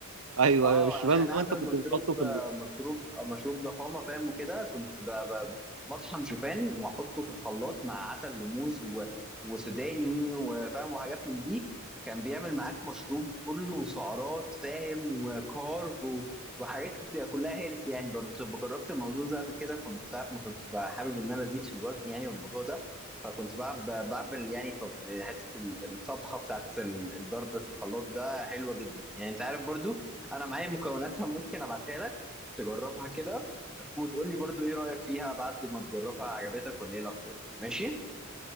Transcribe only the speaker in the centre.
اه
عشان اعمل
مشروب
آه،
مشروب آه، مشروب ضخامه فاهم وكده كنت ب- ب- ب- بطحن شوفان واحطه في الخلاط مع عسل وموز و... وسوداني وفاهم وحاجات من دي كان بيعمل معاك مشروب كله سعرات فاهم وكارب و... وحاجات كتير كلها هيلث يعني جربت جربت الموضوع ده قبل كده كنت ساعة ما كنت بقى حابب ان انا ازيد في الوزن يعني والموضوع ده فكنت بعب- بعمل يعني طب حته الطبخه بتاعت الضرب في الخلاط ده حلوه جدا يعني انت عارف برضو انا معايا مكوناتها ممكن ابعتها لك تجربها كده وتقول لي برضو ايه رأيك فيها بعد ما تجربها عجبتك ولا ايه الاخبار ماشي